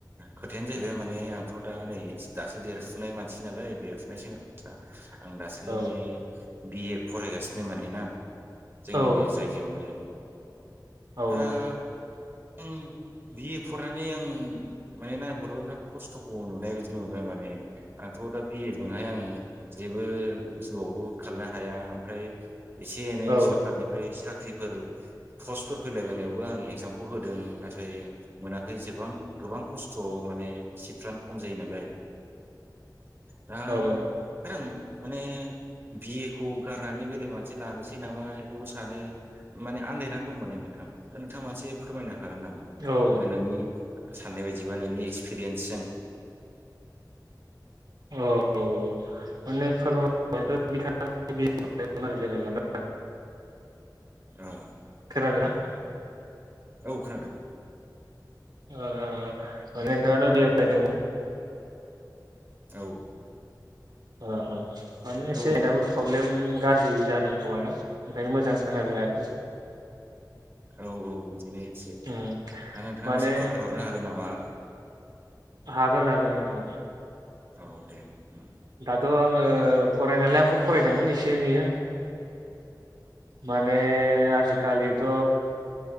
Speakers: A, on the right (about 30°); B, on the right (about 65°).
A: खोथायानो जाहैबाय माने आंथ' दा नै दासो देरफुनाय मानसि नालाय देरफुनाय सेंग्रा सा आं दासो
B: औ
A: माने बि-ए फरायगासिनो माने ना। जोंनिनो
B: औ
A: जायगायावनो
B: औ
A: दा <inaudible> बि-ए फरायनानै आं माने नायहरोबा बिराद खस्थ'खौ नुनाय बायदि मोनबाय माने आंथ' दा बि-ए जों हाय आं जेबो जिउआवबो खालामनो हाया ओमफ्राय एसे एनै
B: औ
A: सरखारनिफ्राय सा ख्रिफोराव। पसफोर फैलायबायनायावबो आं एक जामखौ होदों। नाथाय मोनाखै एसेबां गोबां खस्थ' माने सिटफ्रानो खम जायो नालाय। दा
B: औ
A: ओंखायनो आं माने बि-ए खौ गारनानै बेलेग मोनसे लानोसै नामा इखौबो सानो माने आन्दायनानै दं माने नोंथां दा नोंथाङा एसे फोरमायनो हा हागोन नामा?
B: औ
A: <unintelligible> साननाय बायदिबा नोंनि एक्सपिरियेन्सजों
B: <unintelligible> <unintelligible> <unintelligible> जेनेबा ना।
A: ओ।
B: खोनादों ना। <inaudible>
A: औ खोनादों।
B: ओ मानि <unintelligible> फायदों
A: औ।
B: ओ ओ माने एसे
A: औ
B: दाबो प्रब्लेम गाज्रि जादों। <unintelligible> ओंखायनो मोजां <unintelligible>
A: औ औ बिदिनो एसे दा
B: उम
A: नोंथाङा
B: माने
A: एसे फोरमायहरनो हागोन नामा?
B: हागोन हागोन नोंथां।
A: औ दे ओं
B: दाथ' आङो फरायनायालाय फरायदोंमोन एसे एनैया। माने आजि खालिथ'